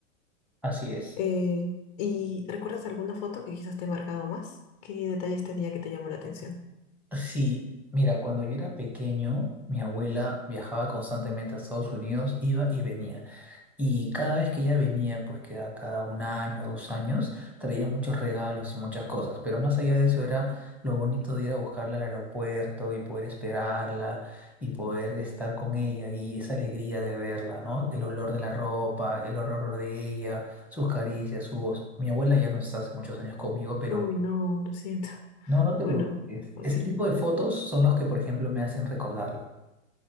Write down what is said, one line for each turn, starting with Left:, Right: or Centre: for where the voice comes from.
Centre: Así es.
Left: Eh, ¿y recuerdas alguna foto que quizás te ha marcado más? ¿Qué detalles tenía que te llamó la atención?
Centre: Sí, mira, cuando yo era pequeño, mi abuela viajaba constantemente a Estados Unidos, iba y venía. Y cada vez que ella venía, pues que era cada un año, dos años, traía muchos regalos y muchas cosas. Pero más allá de eso era lo bonito de ir a buscarla al aeropuerto y poder esperarla y poder estar con ella y esa alegría de verla, ¿no? El olor de la ropa, el olor de ella, sus caricias, su voz. Mi abuela ya no está hace muchos años conmigo, pero
Left: Uy, no, lo siento. <laughs>
Centre: no, no te
Left: Bueno,
Centre: preocupes.
Left: ok.
Centre: Ese tipo de fotos son los que, por ejemplo, me hacen recordarla.